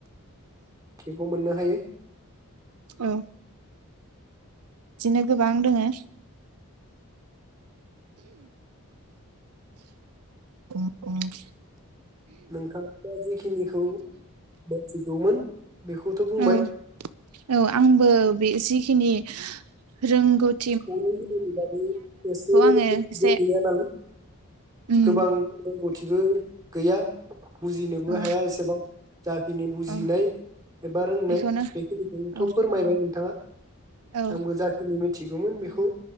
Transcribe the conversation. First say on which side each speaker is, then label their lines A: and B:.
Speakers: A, on the right; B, on the right.
A: थिखौ मोननो हायो
B: औ बिदिनो गोबां दोङो ओहम <unintelligible>
A: नोंथाङा दा जिखिनिखौ मोनथिगौमोन बेखौथ' बुंबाय
B: औ-औ आंबो बे जिखिनि रोंगौथ
A: खौरांगिरिनि बादि एसे
B: आङो
A: रोंगौथिबो
B: एसे
A: गैया नालाय
B: उम
A: गोबां रोंगौथिबो बो गैया बुजिनोबो
B: औ
A: हाया एसेबां जाखिनि बुजिनाय
B: औ
A: एबा रोंनाय
B: बेखौनो
A: बेखिनिखौथ
B: औ
A: फोरमायबाय नोंथाङा
B: औ
A: आंबो जाखिनि मिथ थिगौमोन बेखौ